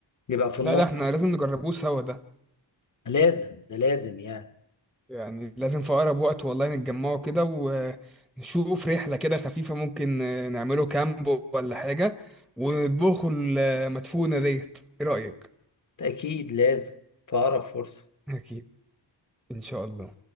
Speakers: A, on the left; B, in the centre.
A: يبقى في النص
B: لا ده احنا لازم نجربوه سوا ده
A: لازم ده لازم يعني
B: يعني لازم في اقرب وقت والله نتجمعوا كده ونشوف رحلة كده خفيفة ممكن آه، نعمله كامب ولا حاجة ونطبخوا المدفونة ديت ايه رأيك؟
A: أكيد لازم في أقرب فرصة
B: أكيد إن شاء الله